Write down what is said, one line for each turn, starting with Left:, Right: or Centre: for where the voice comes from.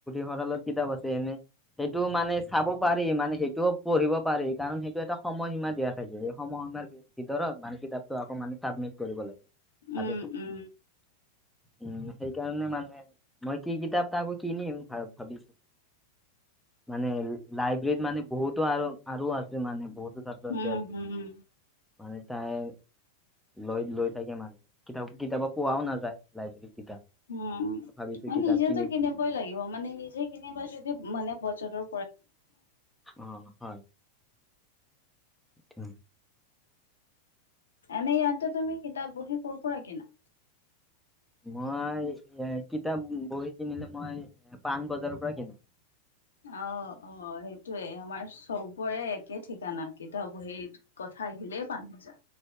Centre: ভঁৰালত, কিতাপ আছে এনে সেইটো মানে চাব পাৰি মানে সেইটোও পঢ়িব পাৰি কাৰণ সেইটো এটা সময়সীমা দিয়া থাইে এই সময়সীমাৰ ভিতৰত বান কিতাপটো আকৌ মানে চাবিট কৰিব লাগে তা
Left: উম
Centre: থ
Left: উম
Centre: উ সেইকাৰণে মানে, মই কি কিতাপ এ আকৌ কিনিম ভ ভাবিছো মানে লাইব্ৰেৰীত মানে বহুতো আৰু আৰু আছে মানে বহুতো ছাত্ৰ-ছাত্ৰী
Left: উম
Centre: আছে,
Left: হম
Centre: মানে তাই লৈ লৈ থাকে মানুহে কিতাপ কিতয়া পোৱাও নাযায় লাইব্ৰেৰীত কিতাপ
Left: উম
Centre: ভাবিছো
Left: ম
Centre: কিতাপ
Left: নিজেতেতো
Centre: কিনিব
Left: কিনিবই লাগিব মানে নিজে কিনিবা যদি মানে বজৰৰ
Centre: অ' হয়। উম।
Left: এনে ইয়তে তুমি কিতাপ-বহী ক'ৰ পৰা কিনা?
Centre: মই এ কিতাপ-বহী কিনিলে মই পাণবজাৰৰ পৰা কিনো।
Left: অ', অ', সেইটোৱে। আমাৰ চবৰে একে ঠিকনা কিতপ-বহী কথ খাই আহিলেই পা বজাৰ।